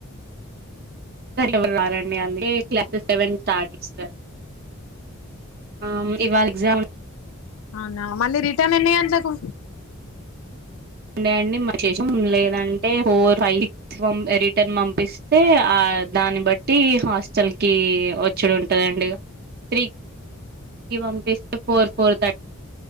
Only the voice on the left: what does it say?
అవునా మళ్ళీ రిటర్న్ ఎన్ని గంట్లకు